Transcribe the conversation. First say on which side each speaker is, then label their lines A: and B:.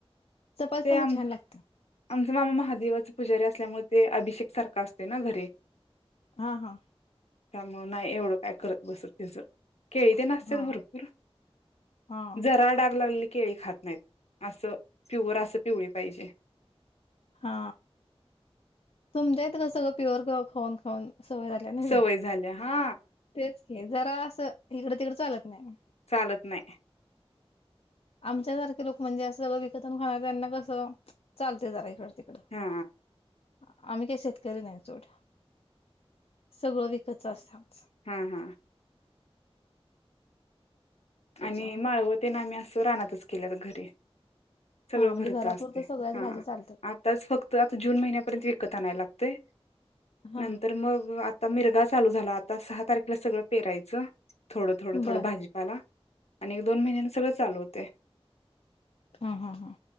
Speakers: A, on the left; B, on the left.
A: चपाती
B: ते
A: संग
B: आम
A: छान लागतं
B: आमचा मामा महादेवाच पुजारी असल्यामुळे ते अभिषेक सारखा असतोय ना घरी
A: हा हा.
B: त्यामुळ नाही एवढं काय करत बसत तिचं केळी तेन असत्यात
A: हा
B: भरपूर,
A: हा
B: जरा डाग लागलेली केळी खात नाहीत, अस प्युअर अस पिवळ पाहिजे.
A: हा. तुमच्या हित कसंं सगळ प्युअर प्युअर खाऊन, खाऊन सवय झाल्या नाही
B: सवय झाली या हा
A: तेच की जरा असं इकड तिकड चालत नाही.
B: चालत नाही.
A: आमच्या सारखे लोक म्हणजे, असं सळग विकत आणून खाणाऱ्यांना कसं चालतय जरा इकड तिकडं
B: हा
A: आम्ही काही शेतकरी नाही सोड, सगळं विकतच असतय
B: हा हा.
A: त्याच्यामुळे
B: आणि माळव तेन आम्ही असं हो रानातच केल्यात घरी सगळं
A: हा म्हणजे
B: घरच
A: घरापुरतं
B: असतय,
A: सगळ्याच
B: हा
A: भाज्या चालतात
B: आताच फक्त आता जून महिन्यापर्यंत एक विकत आणायला लागतय.
A: हा
B: नंतर मग आत आता मिरगाचं चालू झाला आता सहा तारखेला सगळं पेरायचं. थोडं, थोडं, थोडं
A: बर
B: भाजीपाला आणि एक, दोन महिन्यांन सगळं चालू होतय.
A: हा हा हा,